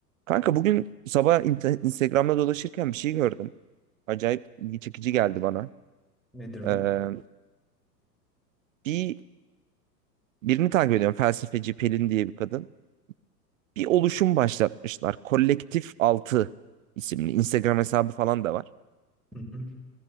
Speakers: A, on the right (about 50°); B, in the centre.
A: Kanka bugün sabah inte- Instagram'da dolaşırken bir şey gördüm. Acayip ilgi çekici geldi bana.
B: Nedir o?
A: Ee, bir birini takip ediyorum. Felsefeci Pelin diye bir kadın. Bir oluşum başlatmışlar. Kolektif Altı isimli. Instagram hesabı falan da var.
B: Hı hı.